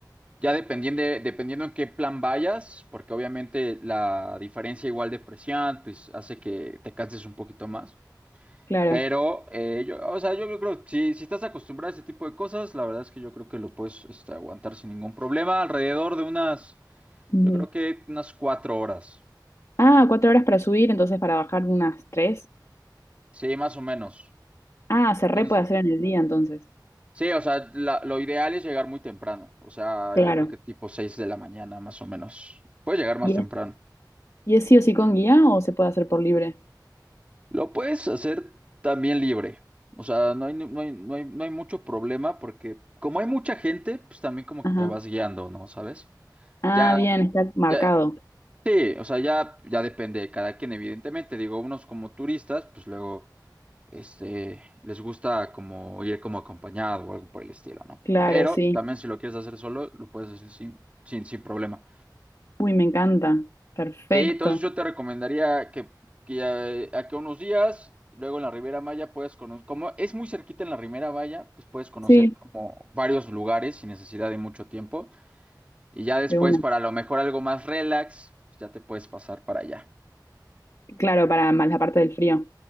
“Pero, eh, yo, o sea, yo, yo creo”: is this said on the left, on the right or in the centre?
Right